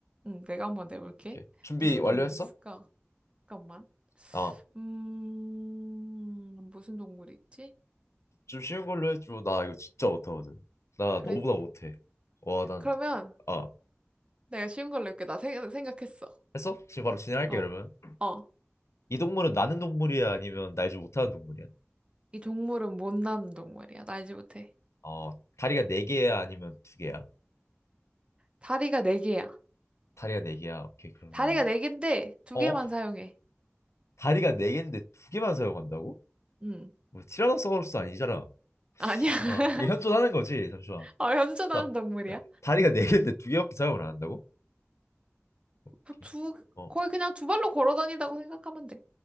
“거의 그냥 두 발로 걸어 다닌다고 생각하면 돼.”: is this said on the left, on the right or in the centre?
Right